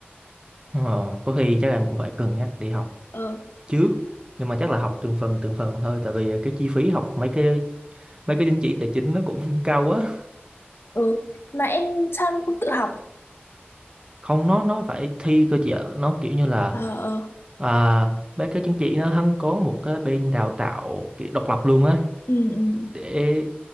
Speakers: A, on the right; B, on the left.
A: Ờ có khi chắc em cũng phải cân nhắc đi học
B: ờ
A: trước nhưng mà chắc là học từng phần từng phần thôi tại vì cái chi phí học mấy cái mấy cái chứng chỉ tài chính nó cũng cao quá
B: ừ mà em sao em không tự học
A: không nó nó phải thi cơ chị ạ nó kiểu như là
B: ờ ờ
A: à, mấy cái chứng chỉ nó hắn có một cái bên đào tạo kiểu độc lập luôn á
B: ừ ừ
A: để